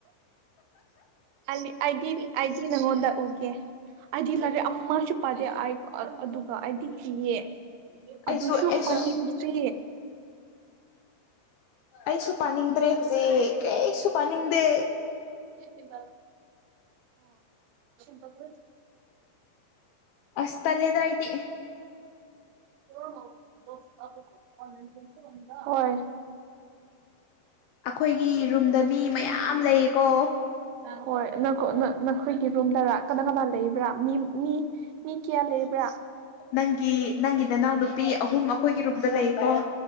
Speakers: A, on the right; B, on the left.
A: ꯑ ꯑꯩꯗꯤ ꯑꯩꯗꯤ ꯅꯉꯣꯟꯗ ꯎꯒꯦ ꯑꯩꯗꯤ ꯂꯥꯏꯔꯤꯛ ꯑꯃꯁꯁꯨ ꯄꯥꯗꯦ ꯑꯩ ꯑꯗꯨꯒ ꯑꯩꯗꯤ ꯊꯤꯌꯦ
B: ꯑꯩꯁꯨ
A: ꯑꯗꯨꯁꯨ
B: ꯑꯩꯁꯨ
A: ꯄꯪꯅꯤꯡꯗꯦ ꯟ ꯇꯦ
B: ꯑꯩꯁꯨ ꯄꯥꯅꯤꯡꯗ꯭ꯔꯦ ꯍꯧꯖꯤꯛ ꯀꯁꯨ ꯄꯥꯅꯤꯡꯗꯦ
A: ꯔꯁꯟ ꯄ꯭ꯔ
B: ꯑꯁ ꯇꯂꯦꯗꯥꯏꯗꯤ
A: <inaudible> ꯍꯣꯏ
B: ꯑꯩꯈꯣꯏꯒꯤ ꯔꯨꯝꯗ ꯃꯤ ꯃꯌꯥꯝ ꯂꯩꯌꯦꯀꯣ
A: ꯍꯣꯏ ꯅꯈꯣꯏꯒꯤ ꯔꯨꯝꯗꯔ ꯀꯗꯥꯏ ꯀꯗꯥꯏ ꯂꯩꯕ꯭ꯔꯥ ꯃꯤ ꯃꯤ ꯃꯤ ꯀꯌꯥ ꯂꯩꯕ꯭ꯔꯥ
B: ꯅꯪꯒꯤ ꯅꯪꯒꯤ ꯅꯅꯥꯎ ꯅꯨꯄꯤ ꯑꯍꯨꯝ ꯑꯩꯈꯣꯏꯒꯤꯔꯨꯝꯕ ꯂꯩꯀꯣ